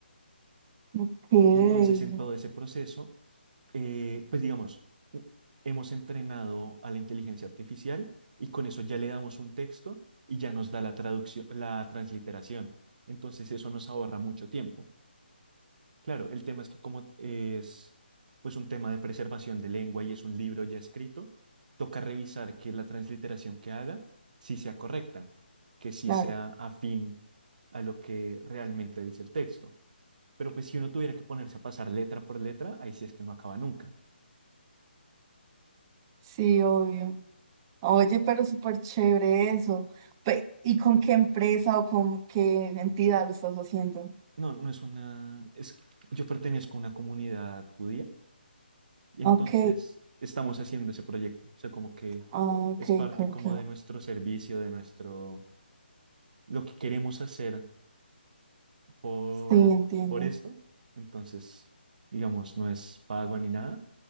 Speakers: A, on the right; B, on the right.
A: ok,
B: Entonces, en todo ese proceso, eh, pues digamos, u- hemos entrenado a la inteligencia artificial y con eso ya le damos un texto y ya nos da la traducción, la transliteración. Entonces eso nos ahorra mucho tiempo. Claro, el tema es que como es pues un tema de preservación de lengua y es un libro ya escrito, toca revisar que la transliteración que haga sí sea correcta, que sí
A: claro.
B: sea afín a lo que realmente dice el texto. Pero pues si uno tuviera que ponerse a pasar letra por letra, ahí sí es que no acaba nunca.
A: Sí, obvio. Oye, pero súper chévere eso. Pe- ¿Y con qué empresa o con qué entidad lo estás haciendo?
B: No, no es una, es, yo pertenezco a una comunidad judía y entonces
A: Ok,
B: estamos haciendo ese proyecto. O sea, como que
A: ah, ok,
B: es parte
A: ok.
B: como de nuestro servicio, de nuestro, lo que queremos hacer por,
A: Sí, entiendo.
B: por esto. Entonces, digamos, no es pago ni nada,